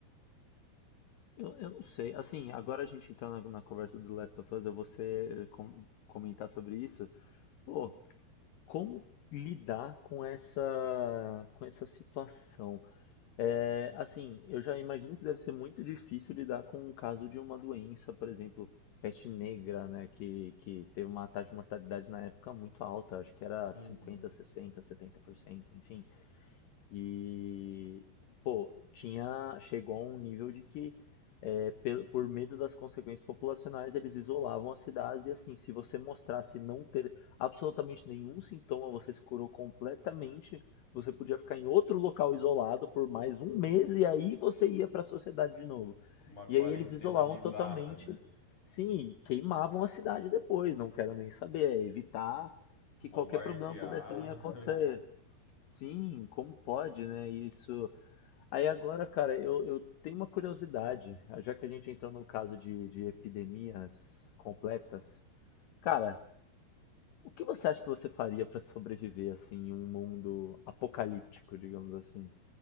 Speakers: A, on the left (about 65°); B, on the left (about 30°).
A: Eu, eu não sei. Assim, agora a gente entrando na, na conversa do Last of Us, eu vou ser- eh, com- comentar sobre isso. Pô, como lidar com essa com essa situação? É, assim, eu já imagino que deve ser muito difícil lidar com o caso de uma doença, por exemplo, peste negra, né, que, que teve uma taxa de mortalidade na época muito alta, acho que era
B: Uhum.
A: cinquenta, sessenta, setenta por cento, enfim. E, pô, tinha, chegou a um nível de que, é, pelo- por medo das consequências populacionais, eles isolavam as cidades e assim, se você mostrasse não ter absolutamente nenhum sintoma, você se curou completamente, você podia ficar em outro local isolado por mais um mês e aí você ia para a sociedade de novo.
B: Uma quarentena
A: E aí eles isolavam
B: bizarra,
A: totalmente,
B: né?
A: sim, e queimavam a cidade depois, não quero nem saber, é evitar que
B: Bombardear
A: qualquer problema pudesse vir a acontecer.
B: <laughs>
A: Sim, como pode, né? Isso. Aí agora, cara, eu, eu tenho uma curiosidade, já que a gente entrou no caso de, de epidemias completas. Cara, o que você acha que você faria para sobreviver assim em um mundo apocalíptico, digamos assim?